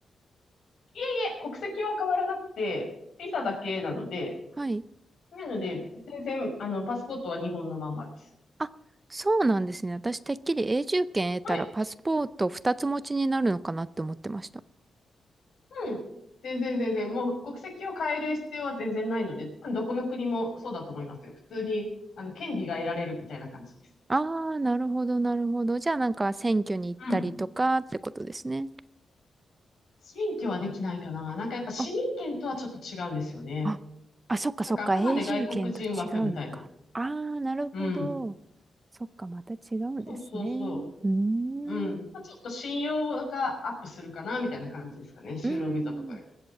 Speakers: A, on the left; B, on the right.
A: いえいえ、国籍は変わらなくて、ビザだけなので、
B: はい。
A: なので、全然、あの、パスポートは日本のままです。
B: あ、そうなんですね。私、てっきり永住権得たらパスポート2つ持ちになるのかなって思ってました。
A: はい。うん。全然全然、もう国籍を変える必要は全然ないので、多分どこの国もそうだと思いますよ。普通に、あの、権利が得られるみたいな感じです。
B: ああ、なるほど、なるほど。じゃあなんか選挙に行ったりとかってことですね。
A: うん。選挙はできないかな。なんかやっぱ市民権とはちょっと違うんですよね。
B: あ、あ、あ、そっかそっか。
A: なんかあくまで外国人枠みたいな。
B: 永住権と違うのか。ああ、なるほど。
A: うん。
B: そっか、また違うんですね。
A: そうそうそ
B: うーん。
A: う。うん。
B: う
A: まあ、ちょっと信用がアップするかな、みたいな感じですかね。就労ビザとかより。
B: ーん。